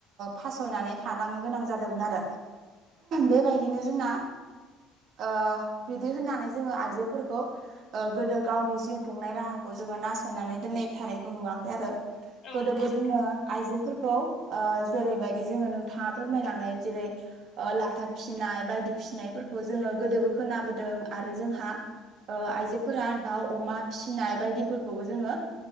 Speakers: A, on the right; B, on the left.
A: फासयनानै थालांनो गोनां जादोंमोन आरो बेबायदिनो जोंना ओ बिदि होननानै जोङो आइजोफोरखौ ओ गोदो गावनि जिउ खुंनाय राहाखौ जोङो नासयनानै दोननाय थानायखौ नुवाखै आरो
B: औ
A: गोदोबो
B: नंगौ नोंथां
A: जोङो आइजोफोरखौ जेरैबायदि जोङो नोंथाङा फोरमायलांनाय जेरै लाथा फिसिनाय बायदि फिसिनायफोरखौ जोङो गोदोबो खोनाबोदों आरो जोंहा आइजोफोरा दाउ अमा फिसिनाय बायदिफोरखौबो जोङो